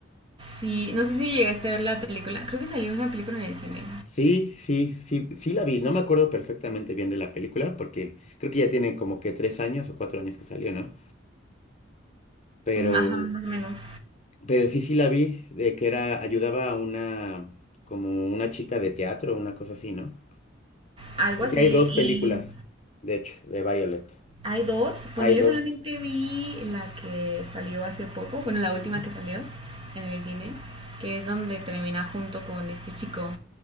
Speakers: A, on the right; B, on the left.
A: Sí, no sé si llegaste a ver la película. Creo que salió una película en el cine.
B: Sí, sí, sí, sí la vi, no me acuerdo perfectamente bien de la película, porque creo que ya tiene como que tres años o cuatro años que salió, ¿no? Pero,
A: Ajá, más o menos.
B: pero sí, sí la vi, de que era, ayudaba a una, como una chica de teatro, una cosa así, ¿no?
A: Algo
B: Porque
A: así.
B: hay dos
A: Y
B: películas, de hecho, de Violet.
A: hay dos.
B: Hay
A: Bueno, yo
B: dos.
A: solamente vi la que salió hace poco. Bueno, la última
B: Ujú.
A: que salió en el cine. Que es donde termina junto con este chico